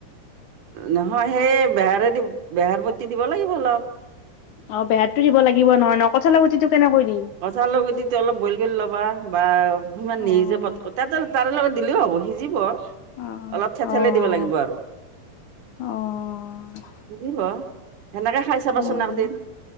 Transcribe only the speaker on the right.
নহয় সেই বেহাৰেদি বেহাৰ বতি দিব লাগিব অলপ।
কঁঠালৰ গুটিটো অলপ বইল কৰি ল'বা বা সিমান নিজে
পট <unintelligible> তাৰে লগত দিলেও হ'ব সিজিব।
অলপ থেঠেলি
দিব লাগিব আৰু।
সিজিব। সেনেকে খাই চাবা
চোন একদিন